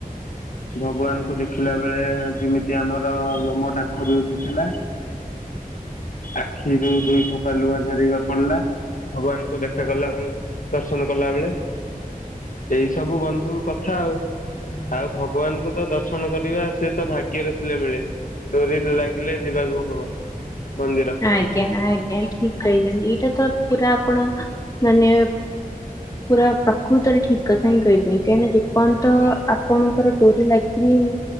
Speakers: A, on the left; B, on the left.
A: ଭଗବାନଙ୍କୁ ଦେଖିଲା ବେଳେ ଯେମିତି ଆମର ଲୋମ ଟାଙ୍କ କରି ଉଠିଥିଲା। ଆଖିରୁ ଦୁଇ ଠୋପା ଲୁହା ଝରିକି ପଡିଲା। ଭଗବାନଙ୍କୁ ଦେଖା କଲା ବେଳେ ଦର୍ଶନ କଲା ବେଳେ ଏଇ ସବୁ ବନ୍ଧୁ କଥା ଆଉ। ଆଉ ଭଗବାନଙ୍କୁ ତ ଦର୍ଶନ କରିବା ସେ ତ ଭାଗ୍ୟରେ ଥିଲେ ମିଳେ। ଡୋରିରେ ଲାଗିଲେ ଯିବାକୁ ହବ ମନ୍ଦିର।
B: ଆଜ୍ଞା, ଆଜ୍ଞା ଠିକ୍ କହିଛନ୍ତି ଏଇଟା ତ ପୁରା ଆପଣ ମାନେ
A: <inaudible>
B: ପୁରା ପ୍ରକୃତରେ ଠିକ୍ କଥା ହିଁ କହିଥିଲିନି କାହିଁକି ନା ଯେପର୍ଯ୍ୟନ୍ତ ଆପଣଙ୍କର ଡୋରି ଲାଗିନି